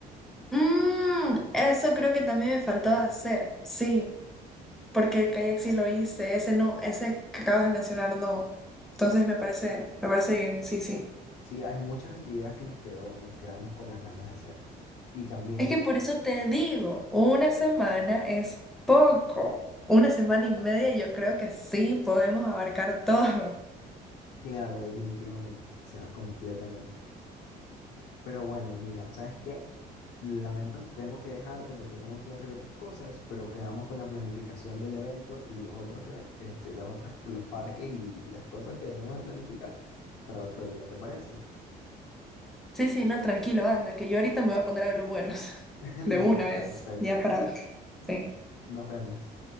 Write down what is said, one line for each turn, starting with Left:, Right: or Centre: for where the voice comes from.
Centre: Mm, eso creo que también me faltó hacer, sí, porque el kayak sí lo hice, ese no, ese que acabas de mencionar no. Entonces me parece, me parece bien, sí, sí.
Left: Sí, hay muchas actividades que nos quedó, nos quedamos con las ganas de hacer. Y también,
Centre: Es que por eso te digo, una semana es poco. Una semana y media yo creo que sí podemos abarcar todo.
Left: claro, definitivamente, o sea, completamente. Pero bueno, mira, ¿sabes qué? Lamento, tengo que dejarte porque tengo que ir a hacer otras cosas, pero quedamos con la planificación del evento y los otros, even- este, los otros, los parques y las cosas que debemos de planificar para otro día, ¿te parece?
Centre: Sí, sí, no, tranquilo, anda, que yo ahorita me voy a poner a ver los vuelos <laughs>
Left: <laughs> Listo,
Centre: de una vez,
Left: perfecto.
Centre: ya para... sí.
Left: Nos vemos.